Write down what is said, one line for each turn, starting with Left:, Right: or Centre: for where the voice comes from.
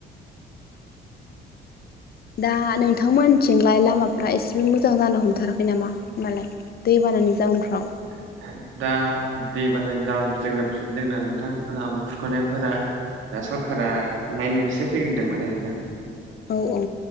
Left: दा नोंथांमोनथिंलाय लामाफ्रा एसेबो मोजां जानो हमथाराखै नामा होमबालाय दै बानानि जाउनफ्राव
Right: <unintelligible> दा दै बानानि <unintelligible> जोंना नोंथां लामा खुरख'नायफोरा दा सरकारा <unintelligible> फैग्रोदों माने नोंथां
Left: औ औ